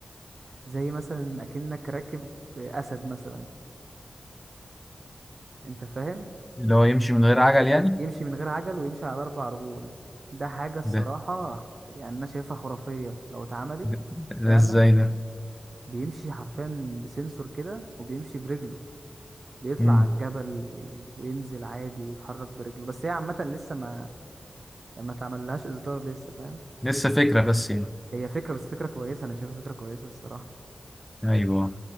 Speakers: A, on the right (about 55°); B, in the centre.
A: زي مثلا اكنك راكب اسد مثلا انت فاهم
B: اللي هو يمشي من غير عجل يعني
A: يمشي من غير عجل ويمشي على اربع رجول ده حاجة الصراحة
B: ده
A: يعني انا شايفها خرافية لو اتعملت
B: ده, ده
A: فعلا
B: ازاي ده
A: بيمشي حرفيا بسنسور كده وبيمشي برجله بيطلع
B: مم.
A: على الجبل وي- وينزل عادي ويتحرك برجله بس هي عامة لسه ما يعني ما اتعملهاش اصدار لسه فاهم
B: لسه فكرة بس يعني
A: هي فكرة بس فكرة كويسة انا شايفها فكرة كويسة الصراحة
B: ايوه